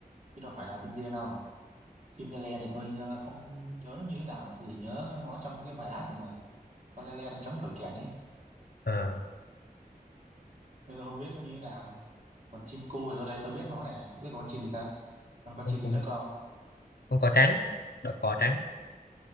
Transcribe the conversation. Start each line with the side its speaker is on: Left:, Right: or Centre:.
Right: chứ đâu phải là tên riêng đâu. Chim le le thì tôi ờ, không nhớ nó như thế nào, nó tôi chỉ nhớ nó trong cái bài hát thì mà. Con le le đánh trống thổi kèn ấy,
Left: Ờ,
Right: nên tôi không biết nó như thế nào. Còn chim cu thì tôi thấy tôi biết nó nè, không biết còn con chim gì ta? Còn con
Left: con
Right: chim
Left: cu
Right: gì nữa không?
Left: con cò trắng đó cò trắng